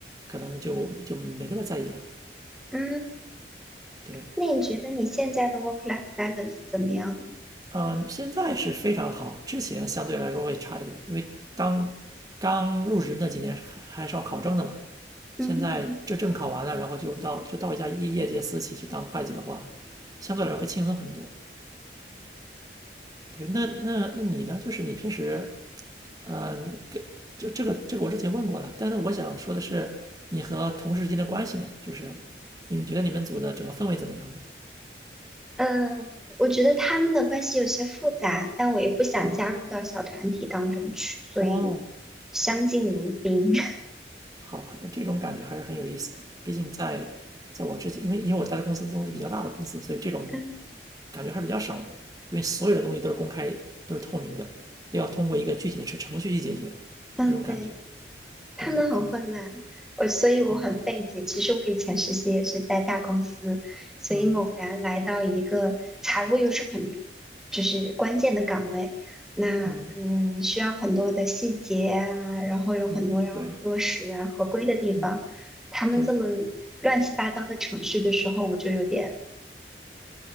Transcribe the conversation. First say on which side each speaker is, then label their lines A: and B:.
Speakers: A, on the right; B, in the centre.
A: 可能就就没那么在意了。
B: 嗯，
A: 对，
B: 那你觉得你现在的 work-life balance 怎么样呢？
A: 嗯，现在是非常好，之前相对来说会差一点，因为刚刚入职那几年还还是要考证的嘛。
B: 嗯
A: 现在这证考完了，然后就到就到一家业业界私企去当会计的话，相对来说会轻松很多。对，那那那你呢？就是你平时，嗯、跟这这个这个我之前问过了，但是我想说的是，你和同事之间的关系呢？就是你们觉得你们组的整个氛围怎么样呢？
B: 呃，我觉得他们的关系有些复杂，但我也不想加入到小团体当中去，
A: 哦
B: 所以
A: 哦，
B: 相敬如宾。<laughs>
A: 好吧，那这种感觉还是很有意思的。毕竟在在我之前，因为因为我待的公司都是比较大的公司，所以这种
B: 嗯
A: 感觉还是比较少的，因为所有的东西都是公开、都是透明的，都要通过一个具体的程程序去解决，
B: 嗯，
A: 就这种感觉。
B: 对。
A: 对，
B: 他们很混乱，
A: 可能，
B: 我所以我很费解。
A: 嗯
B: 其实我以前实习也是在大公司，所以猛然来到一个财务又是很
A: 嗯
B: 就是关键的岗位，那嗯需要很多的细节啊，
A: 嗯
B: 然后有很多要核实啊合规的地方。
A: 嗯，对，嗯
B: 他们这么
A: 对
B: 乱七八糟的程序的时候，我就有点